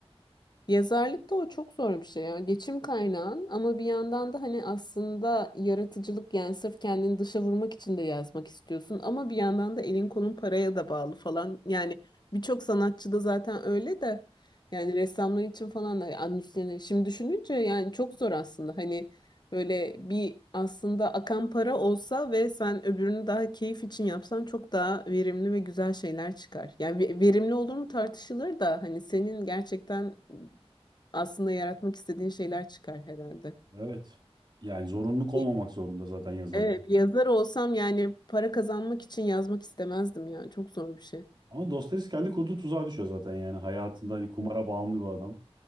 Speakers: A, on the left; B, on the right.
A: Yazarlıkta o çok zor bir şey ya. Geçim kaynağın ama bir yandan da hani aslında yaratıcılık yani sırf kendini dışa vurmak için de yazmak istiyorsun ama bir yandan da elin kolun paraya da bağlı falan. Yani birçok sanatçı da zaten öyle de yani ressamlar için falan da yani şimdi düşününce yani çok zor aslında. Hani böyle bir aslında akan para olsa ve sen öbürünü daha keyif için yapsan çok daha verimli ve güzel şeyler çıkar. Yani ve- verimli olur mu tartışılır da hani senin gerçekten aslında yaratmak istediğin şeyler çıkar herhalde.
B: Evet. Yani zorunluluk olmamak
A: Bir-
B: zorunda zaten yazarken.
A: Evet, bir yazar olsam yani para kazanmak için yazmak istemezdim yani. Çok zor bir şey.
B: Ama Dostoyevski kendi kurduğu tuzağa düşüyor zaten yani. Hayatında hani kumara bağımlı bir adam.